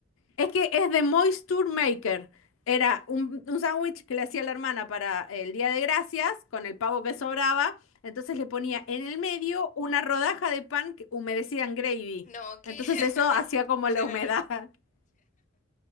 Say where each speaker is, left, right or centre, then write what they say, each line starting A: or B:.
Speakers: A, on the left (about 85°); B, on the left (about 40°).
A: es que es de Moisture Maker. Era un, un sándwich que le hacía la hermana para el Día de Gracias con el pavo que sobraba. Entonces le ponía en el medio una rodaja de pan que- humedecida en gravy.
B: No, qué
A: Entonces
B: <laughs>
A: eso hacía como
B: Claro.
A: la humedad. <laughs>